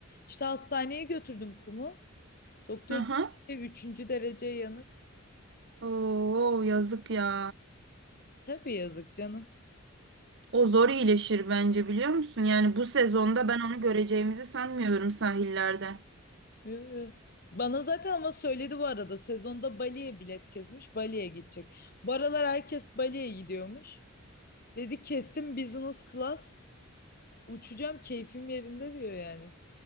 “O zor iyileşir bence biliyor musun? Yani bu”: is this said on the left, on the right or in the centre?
Right